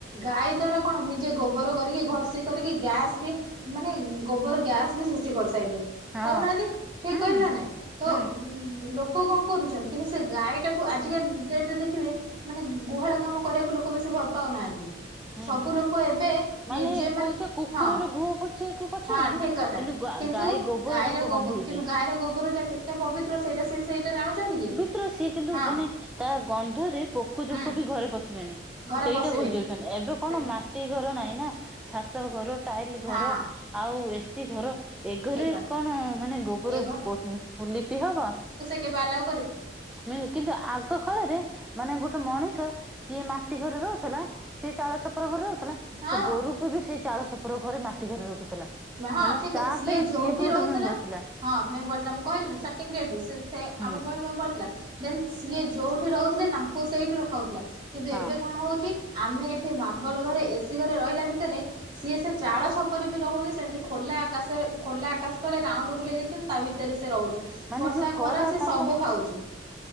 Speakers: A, on the right; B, in the centre.
A: ଗାଈ ଦ୍ଵାରା କଣ ନିଜେ ଗୋବର କରିକି ଘଷି କରିକି ଗ୍ୟାସ ବି ମାନେ ଗୋବର ଗ୍ୟାସ ବି ସୁସ୍ ଚି କରି ସାଇଲିନ୍
B: ହଁ
A: କହୁନାହାନ୍ତି ଠିକ
B: ହୁଁ
A: କହିଲି ନା ନାଇଁ ତ
B: ହୁଁ
A: ଲୋ କ କଣ କରୁଛନ୍ତି କିନ୍ତୁ ସେ ଗାଈଟା ଉ ଆଜିକା ଡେଟରେ ଦେଖିବେ ମାନେ ଗୁହାଳ କାମ କରିବାକୁ ଲୋକ ବେଶୀ ଭଲ ପାଉନାହାନ୍ତି।
B: ହୁଁ
A: ସବୁ ଲୋକ ଏବେ
B: ମାନେ
A: ନିଜେ ମାନ
B: କହୁଛ କୁକୁରର
A: ହଁ
B: ଘୁଅ ପୋଛିବାକୁ ପଛେଇବେନି
A: ହଁ ଠି କଥା
B: ଗା
A: କିନ୍ତୁ
B: ଗାଈ ଗୋବର
A: ଗାଈର
B: ତାଙ୍କୁ
A: ଗୋବ
B: ଗନ୍ଧଉଛି।
A: କିନ୍ତୁ ଗାଈ ଗୋବର ଯେ କେତେ ପବିତ୍ର ସେଇଟା ସେ ସେଇଟା ଜାଣୁଛନ୍ତି କି।
B: ତ୍ର ସିଏ କିନ୍ତୁ
A: ହଁ
B: ମାନେ ତା ଗନ୍ଧରେ ପୋକ, ଜୋକ
A: ହୁଁ
B: ବି ଘରେ ପଶିବେନି।
A: ଘରେ
B: ସେଇଟା
A: ପଶିବେନି
B: ଭୁଲି ଯାଉଛନ୍ତି ଏବେ କଣ
A: ସେ
B: ମା ମାଟି ଘର ନାଇଁ ନା ଛାତ ଘର, ଟାଇଲ ଘର
A: ହଁ
B: ଆଉ ଏ ସି ଘର। ଏ ଘରେ
A: ଠିକ କଥା
B: କଣ ମାନେ ଗୋବର
A: ଏ
B: ପୋ ଇଁ ଲିପି ହବ।
A: କେ ବାଲା
B: <unintelligible> କିନ୍ତୁ ଆ ଏକ କାଳରେ ମାନେ ଗୋଟେ ମଣିଷ ସିଏ ମାଟି ଘରେ ରହୁଥିଲା ସିଏ ଚାଳ ଛପର ଘରେ ରହୁଥିଲା।
A: ହଁ
B: ସେ ଗୋରୁକୁ ବି ସେଇ ଚାଳ ଛପର ଘରେ ମାଟି ଘରେ ରଖୁଥିଲା।
A: ମା ହଁ
B: ମାନେ
A: ଠିକ କଥା
B: ତା
A: ସିଏ
B: ପାଇଁ
A: ଯୋଉଠି
B: ବି ଗୋଟେ
A: ରହୁଥିଲା।
B: ମେମ୍ବର ଥିଲା
A: ହଁ ମେମ୍ବର ଥିଲା ମୁଁ କହିଲିନି ଷ୍ଟାର୍ଟିଙ୍ଗ ଗେଟ୍ ରୁ ସେ ସେ
B: ହୁଁ
A: ଆମ ପାଇଁ ମେମ୍ବର ଥିଲା। ଦେନ ସିଏ ଯୋଉଠି ରହୁଥିଲେ ତାଙ୍କୁ ସେଇଠି ରଖାହଉଥିଲା କିନ୍ତୁ
B: ହଁ
A: ଏବେ କଣ ହଉଛି। ଆମେ ଏଠି ମାର୍ବଲ ଘରେ, ଏ ସିି ଘରେ ରହିଲା ଭିତରେ ସିଏ ସେ ଚାଳ ଛପର ବି ରହୁନି ସେମତି ଖୋଲା ଆକାଶରେ ଖୋଲା ଆକାଶ ତଳେ ରାଉଣ୍ଡ ବୁଲେଇ ଦେଇଛନ୍ତି ତା ଭିତରେ ସେ ରହୁ ଚି
B: ମାନେ
A: ବର୍ଷା,
B: ଯୋଉ
A: ଖରା ସେ
B: ତାପ
A: ସବୁ ଖାଉଛି।